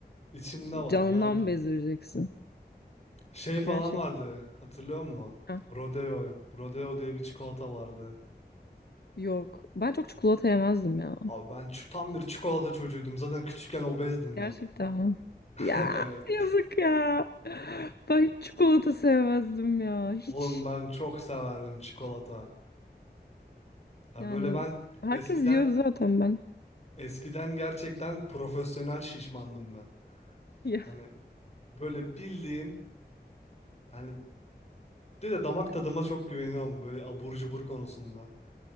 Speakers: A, on the left; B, on the left.
A: içimde var
B: canından
A: ne yapayım.
B: bezdireceksin.
A: Şey falan
B: Gerçekten.
A: vardı hatırlıyor musun?
B: Heh,
A: Rodeo. Rodeo diye bir çikolata vardı.
B: Yok. Ben çok çikolata yemezdim ya.
A: Abi ben ç- tam bir çikolata çocuğuydum. Zaten küçükken obezdim
B: Gerçekten.
A: ben.
B: mi?
A: <laughs>
B: Ya
A: Evet.
B: yazık ya. Ben hiç çikolata sevmezdim ya. Hiç.
A: Oğlum ben çok severdim çikolata. Ha
B: Yani
A: böyle ben
B: herkes
A: eskiden
B: diyordu zaten ben.
A: eskiden gerçekten profesyonel şişmandım ben.
B: Ya,
A: Hani böyle bildiğin hani Bir de damak tadıma çok güveniyorum böyle abur cubur konusunda.